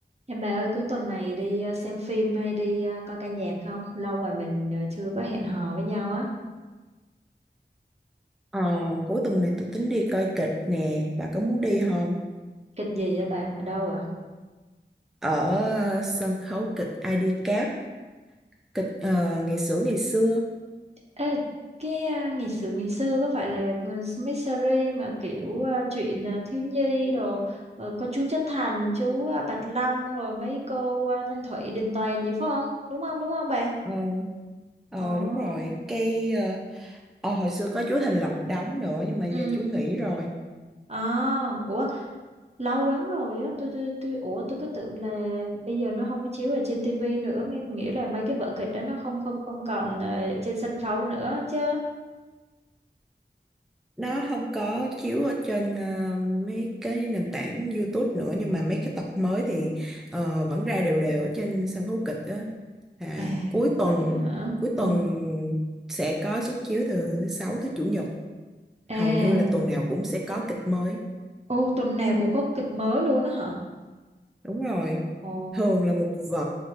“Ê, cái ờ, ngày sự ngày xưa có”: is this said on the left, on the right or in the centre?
Right